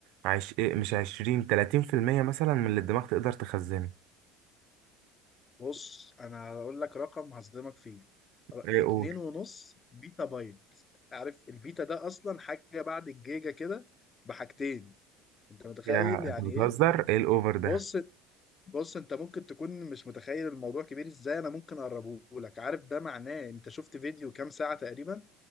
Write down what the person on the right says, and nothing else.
عش إيه، مش عشرين تلاتين في المية مثلا من اللي الدماغ تقدر تخزنه
ايه
قول
يا
انت بتهزر
ايه الاوفر
ده